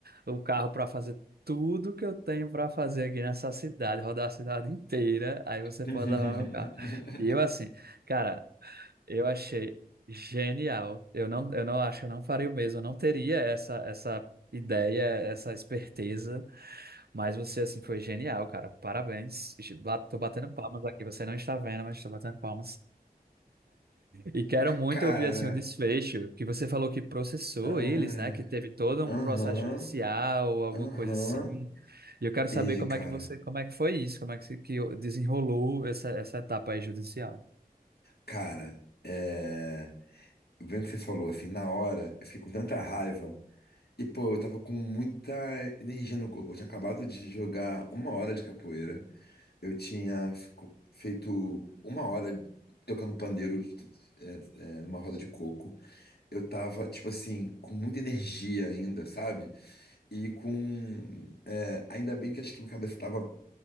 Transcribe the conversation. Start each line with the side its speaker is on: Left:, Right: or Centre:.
Right: o carro para fazer tudo que eu tenho para fazer aqui nessa cidade, rodar a cidade inteira, aí você
Left: <laughs>
Right: pode levar meu carro. E eu assim, cara, eu achei genial. Eu não, eu não acho, eu não faria o mesmo, eu não teria essa essa ideia, essa esperteza. Mas você, assim, foi genial, cara. Parabéns. Ba- Tô batendo palmas aqui. Você não está vendo, mas tô batendo palmas. E quero muito
Left: Cara,
Right: ouvir, assim, o desfecho, que você falou que processou
Left: ai,
Right: eles, né? Que teve todo
Left: aham,
Right: um processo judicial ou alguma
Left: aham,
Right: coisa assim. E eu quero
Left: teve,
Right: saber como
Left: cara.
Right: é que você, como é que foi isso, como é que, se- que desenrolou essa, essa etapa aí judicial.
Left: Cara, é, vendo o que você falou, assim, na hora, eu fiquei com tanta raiva. E, pô, eu tava com muita energia no corpo. Eu tinha acabado de jogar uma hora de capoeira. Eu tinha fico- feito uma hora tocando pandeiro, é, é, numa roda de coco. eu tava, tipo assim, com muita energia ainda, sabe? E com. é, ainda bem que acho que minha cabeça tava